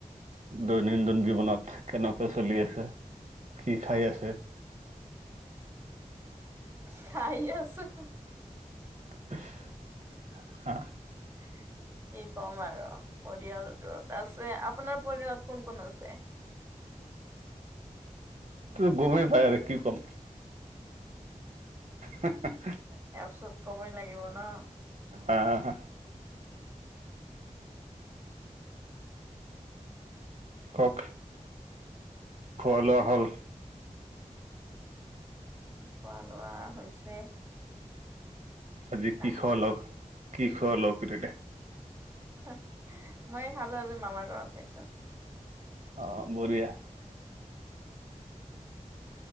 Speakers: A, on the right; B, on the right.
A: দৈনন্দিন জীৱনত কেনেকে চলি আছে কি খাই আছে?
B: খাই আছোঁ।
A: <unintelligible> হা
B: <inaudible> কি ক'ম আৰু পৰিয়ালটোত আছে আপোনাৰ পৰিয়ালত কোন -কোন আছে?
A: তো গমেই পাই আৰু কি ক'ম। হা হা
B: এয়াৰ ওচৰত কবই লাগিব ন
A: হা হা হা কওক খোৱা লোৱা হ'ল?
B: খোৱা লোৱা হৈছে।
A: আজি কিখলগ
B: আহ
A: -কিখলগ হৈ থাকে।
B: <unintelligible> মই খালোঁ আজি মামাৰ ঘৰত খাইছোঁ।
A: অ বঢ়িয়া